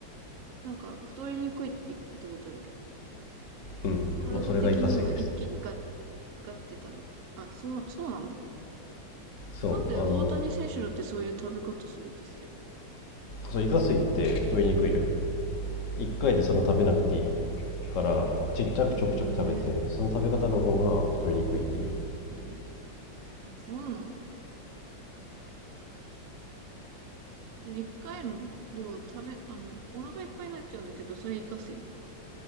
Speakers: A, on the right (about 85°); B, on the left (about 50°).
A: なんか、太りにくいって聞いたことあるけど。
B: うんまあそれがイカ水です
A: 体的には一気にガッ、ガッて食べて。あ、そう、そうなんだ。
B: そうあの
A: だって、大谷選手だってそういう食べ方するって言って
B: そうイカ水って太りにくいのよ1回でその食べなくていいからちっちゃくちょくちょく食べてその食べ方の方が太りにくいっていう
A: たよ。へえ、うん。あ、そうなんだ。その一回の量食べ、あの、お腹いっぱいになっちゃうんだけど、それイカ水。